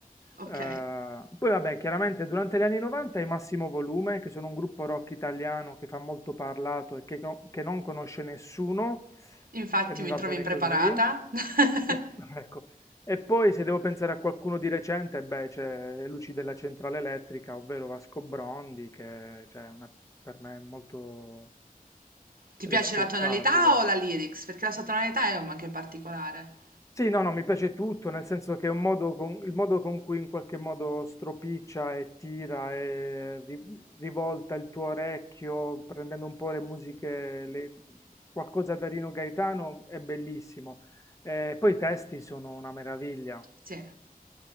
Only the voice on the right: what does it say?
Ok,
infatti
mi
trovi
impreparata.
<laughs>
Ti
piace la tonalità o la lyrics? Perché la sua tonalità è anche particolare.
Sì,